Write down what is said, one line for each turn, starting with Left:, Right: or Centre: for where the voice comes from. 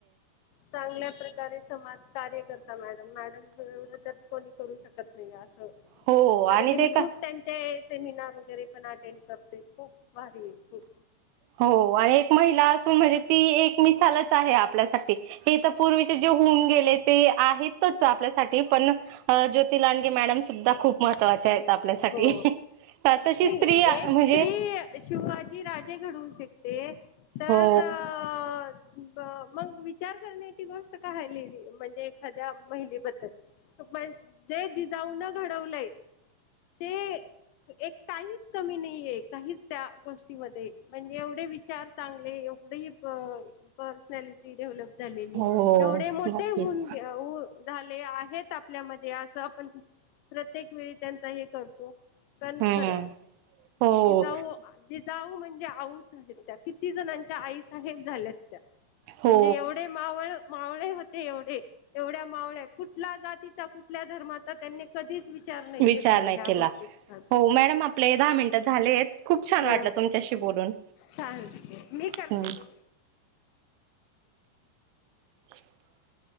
Left: चांगल्या प्रकारे समाज कार्य करता मॅडम मॅडम. एवढं तर कोणी करू शकत नाही असं
Right: हो
Left: कारण
Right: आणि
Left: की
Right: ते
Left: मी
Right: का
Left: खूप त्यांचे सेमिनार वगैरे पण अटेंड करते खूप भारी आहे खूप.
Right: हो आणि एक महिला असून म्हणजे ती एक मिसालच आहे आपल्यासाठी हे तर पूर्वीचे जे होऊन गेले ते आहेतच आपल्यासाठी पण ज्योति लांडगे मॅडम सुद्धा खूप महत्त्वाचे आहेत. आपल्यासाठी
Left: हो
Right: तशी
Left: नाही
Right: स्त्री
Left: एक
Right: म्हणजे
Left: स्त्री शिवाजी राजे घडवू शकते. ते तरं
Right: हो
Left: मग विचार करण्याची गोष्ट काय आहे लेडी म्हणजे एखाद्या महिलेबद्दल पण जे जिजाऊ न घडवलंय, ते एक काहीच कमी नाहीये काहीच त्या गोष्टीमध्ये म्हणजे एवढे विचार चांगले एवढे प पर्सनॅलिटी डेव्हलप झालेली
Right: हो
Left: एवढे मोठे
Right: नक्कीच
Left: हून झाले आहेत आपलं. आपल्या मध्ये अस आपण प्रत्येक वेळी त्यांचा हे करतो पण
Right: हम्म
Left: खरच.
Right: हो
Left: जिजाऊ जिजाऊ म्हणजे आऊसाहेब आहेत त्या किती जणांच्या आई साहेब झाल्यात.
Right: हो
Left: म्हणजे एवढे मावळ मावळे होते, एवढे एवढ्या मावळ्या कुठला जात. जातीचा कुठल्या धर्माचा त्यांनी कधी विचार नाही
Right: विचार
Left: केलेला
Right: नाही
Left: ह्या
Right: केला.
Left: गोष्टीचा हा.
Right: हो मॅडम आपले दहा मिनिटं झालेत खूप छान
Left: हो
Right: वाटलं तुमच्याशी बोलून.
Left: चालेल मी करते
Right: हम्म.
Left: तू
Right: <inaudible>